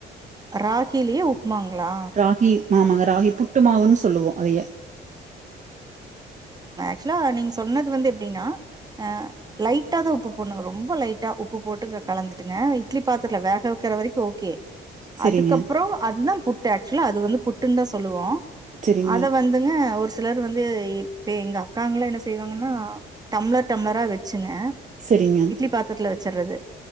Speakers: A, on the right; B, on the right.
A: ராகிலியே உப்மாங்லா
B: ராகி ஆமாங்க ராகி புட்டுமாவுன் சொல்லுவோ அதையே
A: க்சுலா நீங்க சொன்னது வந்து எப்டின்னா அ லைட்டா தா உப்பு போட்ணு ரொம்பொ லைட்டா உப்பு போட்டு இத கலந்துட்டுங்க த்திலி பாத்துக்லா வேக வக்கிற வரைக்கு ஓகே
B: செரிங்க
A: அதுக்கப்புறோ அதுதா பு து ஆக்சுலா அது வந்து புட்டுன்தா சொல்லுவோ
B: செரிங்க
A: அத வந்துங்க ஒர்ஸ் சிலர் வந் பேயி பே எங்க அக்காங்கலா என்ன செய்வாங்கன்னா டம்ளர் டம்ளரா வெச்சு டுங்க
B: செரிங்க
A: இட்லி பாத்ரத்தில்ல வச் ச்சர்றது